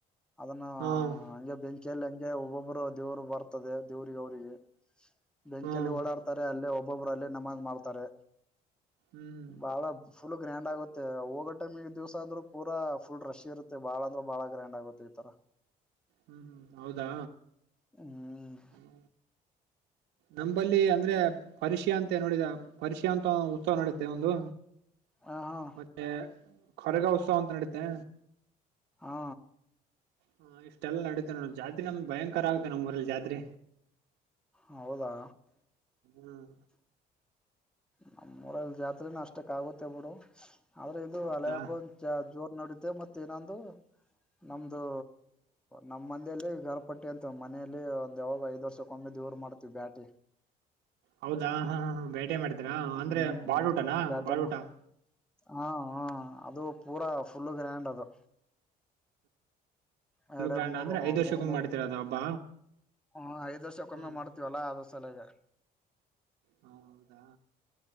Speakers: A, in the centre; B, on the right (about 85°).
A: ಅದನ್ನ
B: ಹ್ಮ್
A: ಹಗೆ ಬೆಂ ಅಕಲ್ ಹೆಂಗೆ ಒಬ್ಬೊಬ್ರು ದೇವ್ರು ಬರ್ತದೆ ದೇವ್ರಿಗೆ ಅವ್ರರಿಗೆ ಬೆಂಕಲ್ಲಿ
B: ಹ್ಮ್
A: ಓಡಾಡ್ತಾರೆ ಅಲ್ಲೇ ಒಬ್ಬೊಬ್ಬರು ಅಲ್ಲೇ ನಮಾಜ್ ಮಾಡ್ತಾರೆ
B: ಹ್ಮ್
A: ಬಾಳ ಫುಲ್ ಗ್ರ್ಯಾಂಡ್ ಆಗುತ್ತೆ ಹೋಗೋ ಟೈಮ್ಗೆಈ ಸ ಜೂಸಹಾದ್ರು, - ಪೂರ ಫುಲ್ ರಶ ಇರುತ್ತೆ ಬಾಳಂದ್ರೆ ಬಾಳ ಗ್ರ್ಯಾಂಡ್ ಆಗುತ್ತೆ ಈ ತರ.
B: ಹ್ಮ್, ಹ್ಮ್, ಹೌದಾ,
A: ಹ್ಮ್
B: ಹ್ಮ ನಂಬಲ್ಲಿ ಅಂದ್ರೆ ಪರಿಷಿ, ಅಂತ ನೋಡಿದ ಪರಿಷ ಅಂತ ಉತ್ಸವ ನಡಿಯುತ್ತೆ ಒಂದು.
A: ಹ ಹಾ
B: ಮತ್ತೆ ಕೊರಗ ಉತ್ಸವ ಅಂತ ನಡೀತೆ.
A: ಹಾ,
B: ಹಾ, ಇಷ್ಟೆಲ್ಲಾ ನಡೀತೆ ನೋಡ ಜಾತ್ರೆ ನಮ್ ಭಯಂಕರ ಆಗುತ್ತೆ. ನಮ್ ಊರಲ್ಲಿ ಜಾತ್ರೆ
A: ಹೌದಾ,
B: ಹ್ಮ್
A: ನಮ್ಮೂರ್ ಲ್ಲಿ ಜಾತ್ರೇನಅಷ್ಟಕ್ ಆಗುತ್ತೆ ಬಿಡು. ಆದ್ರೆ ಇದು
B: ಹೌದಾ
A: ಅಲಯಹಬ್ಬ ಜೋರ್ ನಡತೆೆ ಮತ್ತ ಇನ್ನೊಂದು., ನಮ್ದು ನಮ್ಮ್ ಮಂದೇಲ್ಲ ಗರ್ಪಟ್ಟಿ ಅಂತ ಮನೆಯಲ್ಲಿ ಒಂದ್ ಯಾವಾಗ ಐದ್ ವರ್ಷ ಕೊಮ್ಮೆ, ದೇವ್ರ ಮಾಡ್ತೀವಿ ಬ್ಯಾಟಿ.
B: ಹೌದಾ, ಹಾ ಹ ಬೇಟೆ ಮಾಡ್ತೀರಾ ಅಂದ್ರೆ
A: ಹ್ಮ್
B: ಬಾಡ್ ಊಟನಾ
A: ಬ್ಯಾಟಿ
B: ಬಾಡ್ ಊಟ. -
A: ಹಾ, ಹ ಅದು ಪೂರಾ ಫುಲ್ ಗ್ರ್ಯಾಂಡ್ ಅದು.
B: ಫುಲ್
A: ಎರಡು -ಎರಡು,
B: ಗ್ರ್ಯಾಂಡ್
A: ಮೂರು
B: ಅಂದ್ರೆ
A: ಹ
B: ಐದ್ ವರ್ಷಕ್ಕೊಮ್ಮೆ
A: ಮೂರ್ -ಮೂರು,
B: ಮಾಡ್ತೀರ ಅದು ಹಬ್ಬ
A: ಹಾ, ಐದ್ ವರ್ಷಕ್ಕೊಮ್ಮೆ
B: ಹ್ಮ್
A: ಮಾಡ್ತೀವಲ್ಲಾ ಆದ್ರ ಸಲಗೆ.
B: ಹ ಹೌದಾ,